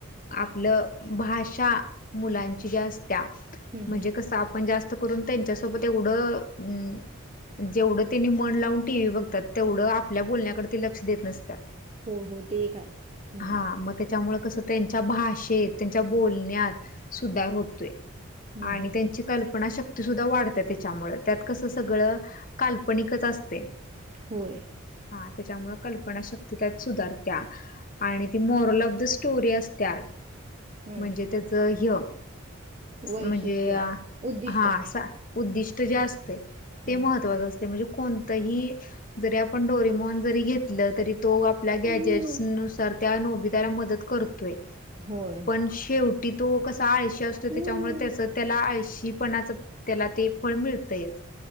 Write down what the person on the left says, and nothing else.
आपलं भाषा मुलांची जास्त <unintelligible> त्या
म्हणजे
कस आपण जास्त करून त्यांच्यासोबत एवढं अ <unintelligible> जेवढं त्यांनी मन लावून टीव्ही बघतात तेवढं आपल्या बोलण्याकडे ते लक्ष देत नसतात <unintelligible>
हा
मग त्याच्यामुळे कसं त्यांच्या भाषेत त्यांच्या बोलण्यात सुधार होतोय.
आणि
त्यां कल्पना शक्ती सुद्धा वाढते, त्याच्यामुळे त्यात कसं सगळं काल्पनिकच असते.
हा त्याच्यामुळे कल्पना शक्ती त्यात सुधारत्या आणि ती मॉरल ऑफ द स्टोरी असते. त्यात
म्हणजे त्याच ह
म्हणजे
हा असा उद्दिष्ट जे असते ते
महत्त्वाचं असते म्हणजे कोणतंही ज आपण डोरिमॉन जरी घेतल तरी तो आपल्या ग्याजेट्स
नुसार त्या नोबीताला मदत करतोय.
पण शेवटी तो कसा आळशी असतो,
त्याच्यामुळे त्याच त्याला आळशी पणाच त्याला ते फळ मिळतयच